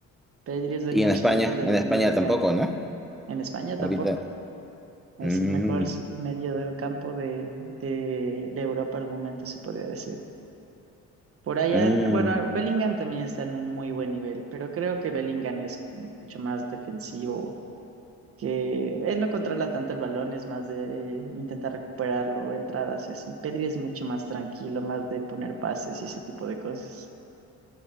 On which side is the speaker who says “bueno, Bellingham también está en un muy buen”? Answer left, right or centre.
Right